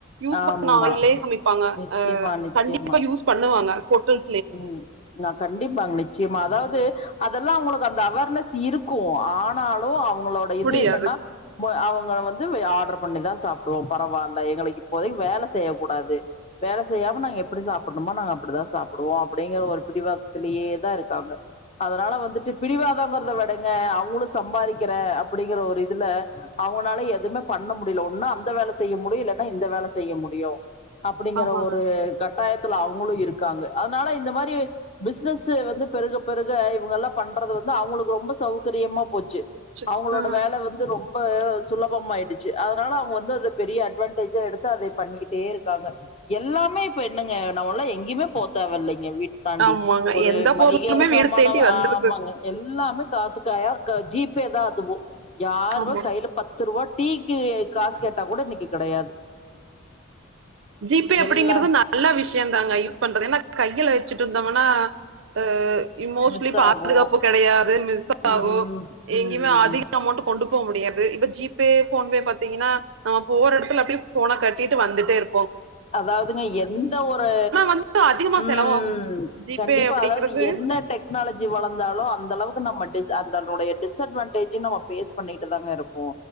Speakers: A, on the right; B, on the left.
A: யூஸ்
B: ஆமா
A: பண்ண ஆயில்லயே சமைப்பாங்க
B: நிச்சயமா
A: ஆ
B: நிச்சயமா
A: கண்டிப்பா யூஸ் பண்ணுவாங்க ஹோட்டல்
B: ம் நா கண்டிப்பாங் நிச்சியமா அதாவது அதெல்லா அவங்களுக்கு அந்த அவர்னஸ் இருக்கு ஆனாலு அவங்களோட இது
A: முடியாது
B: என்னன்னா ம்ப அவங்க வந்து ஆர்ட்ரு பண்ணிதா சாப்டுவோ பரவால்ல எங்களுக்கு இப்போதைக்கு வேல செய்ய கூடாது வேல செய்யாம நா எப்டி சாப்பணுமோ நாங்க அப்படிதா சாப் ப்புடுவோ அப்படிங்கற ஒரு பிடிவாதத்திலேயே தா இருக்காங்க அதனால வந்துட்டு பிடிவாதோங்கராதவெடைங்க அவங்ளு சம்பாரிக்கற அப்டிங்கற ஒரு இதுல அவங்கனால எதுமே பண்ண முடில ஒன்னா அந்த வேல செய்ய முடியு இல்லட்னா இந்த வேல செய்ய முடியு அப்டிங்கற
A: ஆமாங்க
B: ஒரு கட்டாயத்துல அவங்களு இருக்காங்க அதனால இந்த மாரி பிசினஸ்சு வந்து பெருக பெருக இவங்க எல்லா பண்றது வந்து அவங்களுக்கு ரொம்ப சௌகரியமா போச்சு
A: ச்சு
B: அவங்களோட
A: ஆ
B: வேல வந்து ரொம் ப்ப சுலபமாயிடுச்சு அதனால அவங்க வந்து அத பெரிய அட்வான்டேஜா எடுத்து அதை பண்ணிக்கிட்டே இருக்காங்க எல்லாமே இப்ப என்னங்க நம்மல்லா எங்க்யுமே போ தேவல்லிங்க வீட் தாண்டி
A: ஆமாங்க
B: ஒரு
A: எந்த
B: மளிக
A: பொருளுமே
B: சாமானவ்
A: வீடு தேடி வந்துருது
B: ஆமாங்க எல்லாமே காசு காயா க ஜீப்பே தா அதுவு யார்வே
A: ஆமா
B: கைல பத் த்துருவா டீக்கு காஸ் கேட்டா கூட இன்னிக்கி கெடயாது
A: ஜீபே அப்டிங்கறது
B: எல்லா
A: நா நல்ல விஷ்யந்தாங்க யூஸ் பண்றது ஏனா கையிள வெச்சிட்டுந்தோமனா ஏ இமோஷ்லி
B: மிஸ்
A: பாதுகாப்பு
B: ஆகு
A: கெடையாதுன்னு ஸாகோ
B: ம் ம்
A: எங்கியுமே ஆதி கமௌன்ட்டு கொண்டு போ முடியாது இப்ப ஜிபே போன்பே பாத்தீங்கினா நம போர் எடத்துல அப்டியே போன கட்டிட்டு வந்துட்டே இருப்போம்
B: அதாவதுங்க எந்த ஒரு
A: வந்து அதிகமா
B: உம்
A: செலவாகு ஜிபே
B: கண்டிப்பா
A: அப்படிங்கறது
B: அதாவது என்ன டெக் க்னாலஜி வளந்தாலு அந்தளவுக்கு நம்மடிஸ் அந்தனுடைய டிஸ்அட்வான்டேஜுனு நம்ம ஃபேஸ் பண்ணிட்டு தாங்க இருப்போ